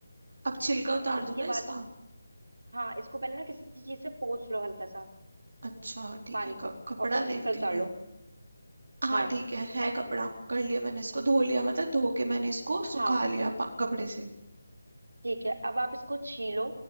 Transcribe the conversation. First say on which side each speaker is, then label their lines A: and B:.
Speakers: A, on the right; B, on the right.
A: अब छिलका उतार
B: इसके
A: दूं ना
B: बाद
A: इसका
B: हाँ इसको पहले ना किसी चीज से पोंछ लो हल्का सा
A: अच्छा ठीक
B: पानी
A: है
B: को
A: क- कपड़ा
B: और फिर छिक्कर
A: देखती
B: उतार
A: हूँ मैं
B: लो
A: हाँ
B: हाँ
A: ठीक है है कपड़ा कर लिया मैंने इसको धो लिया मतलब धो के मैंने इसको सुखा
B: हाँ
A: लिया पा- कपड़े से
B: ठीक है अब आप इसको छीलो